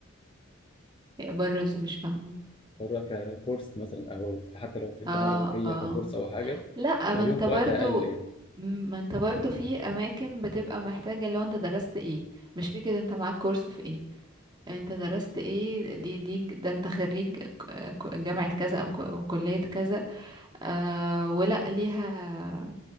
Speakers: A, on the right; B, on the left.
A: بره مش فاهمة
B: بره ككورس مثلا أو في- حتى لو في الجامعة
A: اه
B: الأمريكية
A: اه
B: ككورس أو حاجة
A: لا
B: تاخديهم
A: ما انت
B: في
A: برضو
B: وقت أقل يعني
A: ما انت برضو في اماكن بتبقى محتاجة لو انت درست ايه مش فكرة انت معاك كورس في ايه انت درست ايه دي دي ده انت خريج ك- ك- جامعة كذا او ك- أو كلية كذا آه ولا ليها